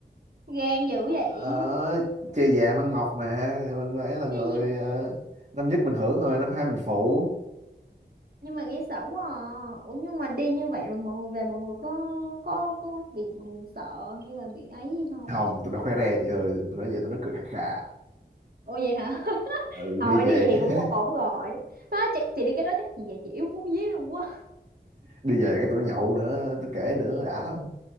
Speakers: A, on the right (about 55°); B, on the right (about 40°).
A: gan dữ vậy
B: Ờ, chơi già mang mọc mà thì mình phải là người
A: chứ gì-
B: ờ, năm nhất mình hưởng rồi năm hai mình phụ
A: nhưng mà nghe sợ quá à. Ủa, nhưng mà đi như vậy rồi mọi người về mọi người có có có bị sợ hay là bị ấy gì không
B: hồng tụi nó khoe re chị ơi tụi nó về tụi nó cười khà khà
A: ủa vậy hả <laughs>
B: ừ
A: thôi
B: đi về
A: nếu vậy thì
B: <laughs>
A: cũng ổn rồi đó chắc chị đi cái đó chắc chị về chị yếu bún dí luôn quá
B: đi về cái tụi nó nhậu nữa tôi kể nữa đã lắm